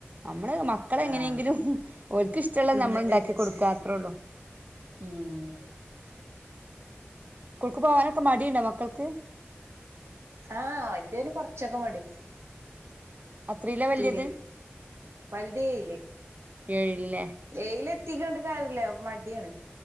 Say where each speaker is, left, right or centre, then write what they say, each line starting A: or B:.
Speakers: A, on the right (about 35°); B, on the right (about 80°).
A: നമ്മള് മക്കള
B: ആഹ്
A: എങ്ങനെയെങ്കിലും- ഓല്ക്ക് ഇഷ്ട്ടല്ലത്
B: തിന്നട്ടെ
A: ഞമ്മൾ ഇണ്ടാക്കി
B: വിചാരിച്ച്
A: കൊടുക്ക അത്രോളു.
B: ഉം
A: സ്കൂൾക്ക് പോവാനക്കെ മടിണ്ടോ മക്കൾക്ക്?
B: ആഹ വല്ല്യോൻ കൊറച്ചൊക്കെ മടി
A: അത്രീലാ വല്യത്
B: പിടി- വലതേയിൽ
A: ഏഴിലല്ലേ
B: ഏയിലെത്തിക്ക്ണ് ന്ന് പറഞ്ഞിട്ട് കാര്യല്ല മടിയാണ്.